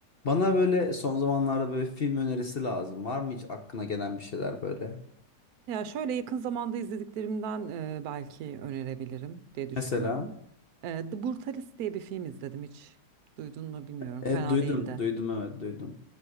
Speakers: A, on the left; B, on the right.
A: Bana böyle son zamanlarda böyle film önerisi lazım. Var mı hiç aklına gelen bir şeyler böyle?
B: Ya şöyle yakın zamanda izlediklerimden e, belki önerebilirim diye düşünüyorum.
A: Mesela,
B: E, The Brutalist diye bir film izledim hiç duydun mu bilmiyorum.
A: e,
B: Fena
A: duydum,
B: değildi.
A: duydum evet duydum.